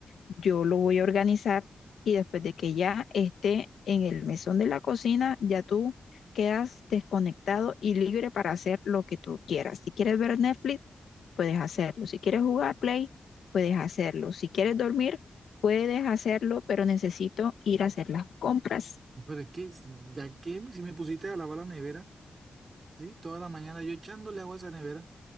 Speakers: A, on the left (about 80°); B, on the right (about 50°).
A: Yo lo voy a organizar y después de que ya esté en el mesón de la cocina, ya tú quedas desconectado y libre para hacer lo que tú quieras. Si quieres ver Netflix, puedes hacerlo. Si quieres jugar Play, puedes hacerlo. Si quieres dormir, puedes hacerlo, pero necesito ir a hacer las compras.
B: <laughs> Pero es que, ya que si me pusiste a lavar la nevera, ¿sí? Toda la mañana yo echándole agua a esa nevera